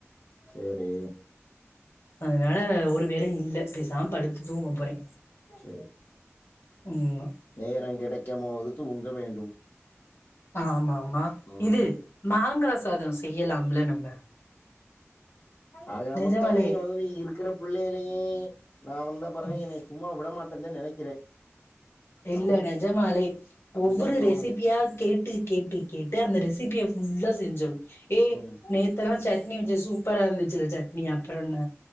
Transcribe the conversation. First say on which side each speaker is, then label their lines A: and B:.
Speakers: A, on the left; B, on the left.
A: சேரி
B: அதனால ஒரு வேலயு இல்ல பேசாம படுத்து தூங்க போறே
A: சேர்
B: ம்மா
A: நேரம் கெடைக்கம் போது தூங்க வேண்டும்
B: ஆமாமா
A: ம்
B: இது மாங்கா சாதம் செய்யலாம்ல நம்ப
A: ஆக
B: நெஜமாலே
A: மொத்தா நீ வந்து இருக்குற புள்ளையிலயே நா வந்தா பெறகு
B: ம்
A: என்னைய சும்மா விடமாட்டன் தா நெனைக்கிறே
B: இல்ல
A: அப்டிதா
B: நெஜமாலே
A: அப்டித்தா
B: ஒவ்வொரு
A: தோணுது
B: ரெசிபியா கேட்டு கேட்டு கேட்டு அந்த ரெசிபிய ஃபுள்ளா செஞ்சம் ஏ
A: ம்
B: நேத்தெலா சட்னி வெச்ச சூப்பரா இருந்துச்சு சட்னி அப்பறனென்ன